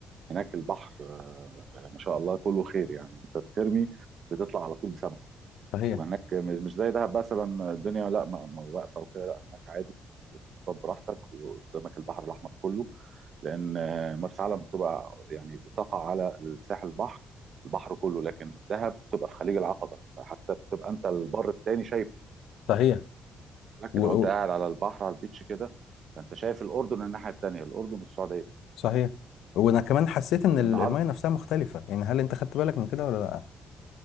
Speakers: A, on the right; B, on the left.
A: هناك البحر آه، آه، ما شاء الله كله خير يعني انت بترمي بتطلع على طول بسمك
B: صحيح
A: وهناك مش مش زي دهب مثلا الدنيا لا ما ما واقفه وكده لا هناك عادي تصطاد براحتك وقدامك البحر الاحمر كله لان آه، مرسى علم بتبقى يعني بتقع على الساحل البحر البحر كله لكن دهب بتبقى في خليج العقبه فحتى بتبقى انت البر التاني شايفه
B: صحيح
A: لكن
B: و...
A: لو
B: و...
A: انت قاعد على البحر على البيتش كده فانت شايف الاردن الناحيه التانيه الاردن والسعوديه
B: صحيح وانا كمان حسيت ان
A: لان
B: ال-
A: عرض
B: الميه نفسها مختلفه يعني هل انت خدت بالك من كده ولا لا